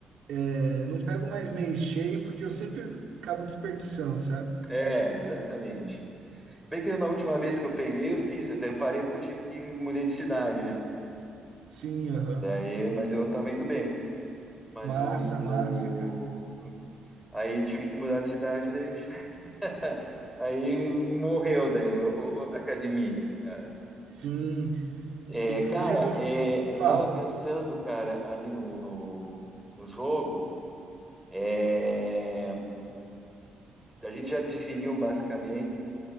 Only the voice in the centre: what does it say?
é, exatamente. Bem que eu, na última vez que eu peguei, eu fiz, daí eu parei porque eu tive que mudei de cidade, né?
Daí, eu- mas eu tava indo bem. Mas
o, o-
aí tive que mudar de cidade, daí <laughs> aí morreu daí o- o- a academia, cara.
É,
cara,
é, eu
tava pensando, cara, ali no, no, no jogo, é, a gente já definiu basicamente